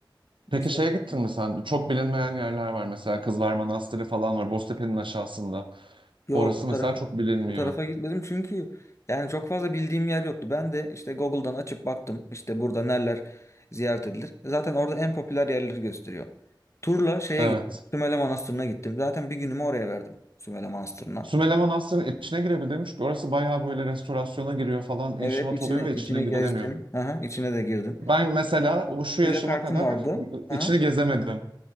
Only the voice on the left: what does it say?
Bir şey.
gözükmüyor.
Yok
o tarafa
o tarafa gitmedim çünkü yani çok fazla bildiğim yer yoktu. Ben de işte Google'dan açıp baktım işte burada neler ziyaret edilir. Zaten orada en popüler yerleri gösteriyor. Turla şeye
gittim. Sümele Manastırı'na gittim. Zaten bir günümü oraya verdim. Sümele Manastırı'na.
Evet
içine
içine
gezdim. Aha, içine de girdim.
Müze
kartım
vardı. Aha.